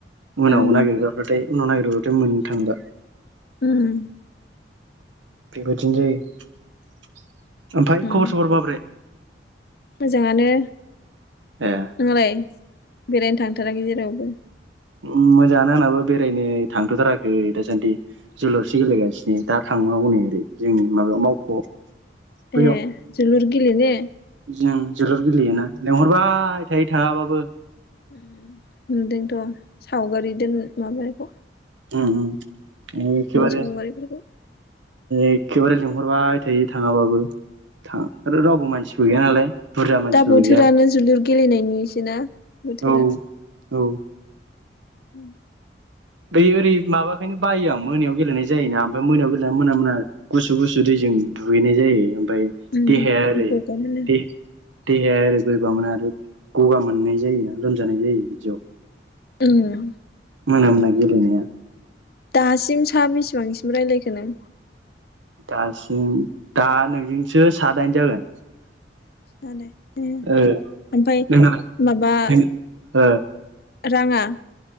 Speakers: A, on the right; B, on the left.
A: उनाव
B: उम
A: नागिरग्राफाथाय उनाव नागिरबाथाय मोननो थांला।
B: उम।
A: बेबायदिनो जायो ओमफाय
B: उम
A: खबर सबर माब्रै?
B: मोजाङानो।
A: ए।
B: नोंहालाय बेरायनो थांथाराखै जेरावबो?
A: ओम मोजाङानो आंनाबो बेरायनो थांथ'थाराखै दासान्दि। जोलुरसे गेलेगासिनो दा ‌थांनांगौनो ओरै जोंनि माबायाव मावख'आव। बैयाव
B: ए जोलुर गेलेनो?
A: जों जोलुर गेलेयोना लेंहरबाय थायो थाङाबाबो।
B: उम नुदोंथ' सावगारि दोन माबानायखौ।
A: उम उम एखेबारे
B: सावगारिफोरखौ
A: ऐखेबारे लिंहरबाय थायो थाङाबाबो। था आरो रावबो मानसिबो गैया नालाय बुरजा मानसिफोरबो
B: दा बोथोरानो
A: गैया।
B: जोलुर गेलेनायनिसो ना बोथोरा।
A: औ औ।
B: उम
A: बै ओरै माबाखायनो बायो आं मोनायाव गेलेनाय जायोना ओमफाय मोनायाव गेलेना मोना मोना गुसु गुसु दैजों दुगैनाय जायो ओमफाय
B: उम
A: देहाया ओरै
B: गगा मोनो
A: दे देहाया ओरै बोरैबा मोनो आरो गगा मोननाय जायोना लोमजानाय जायो बिदियाव।
B: उम।
A: मोना मोना गेलेनाया
B: दासिम सा बिसिबांसिम रायलायखो नों?
A: दासिम दा नोंजोंसो सादाइन जागोन।
B: दालाय ए
A: ओ
B: ओमफाय
A: नोंनालाय
B: माबा
A: नों ओ
B: राङा